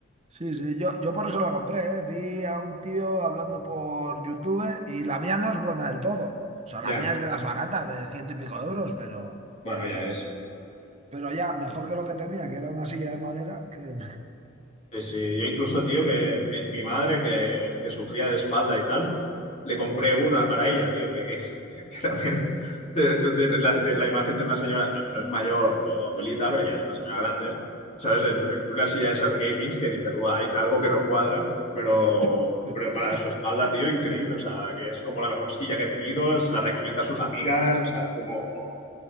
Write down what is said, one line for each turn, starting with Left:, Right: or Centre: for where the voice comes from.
Right: Sí, sí, yo, yo por eso la compré, ¿eh? Vi a un tío hablando por YouTube y la mía no es buena del todo. O sea,
Left: Ya,
Right: la mía es de las baratas, de ciento y pico de euros, pero,
Left: bueno, ya es.
Right: pero ya, mejor que lo que tenía, que era una silla de madera, que...
Left: Sí, sí, yo incluso, tío, que mi, mi madre, que, que sufría de espalda y tal, le compré una para ella, tío, que, que, <laughs> que también te- tú tienes la, te- la imagen de una señora, no, no es mayor, pero abuelita, pero ya es una señora grande, ¿sabes? En Una silla de esas de gaming que dices, guay algo que no cuadra, pero,
Right: <laughs>
Left: pero para su espalda, tío, increíble, o sea, que es como la mejor silla que he tenido, se la recomienda a sus amigas, o sea, es como...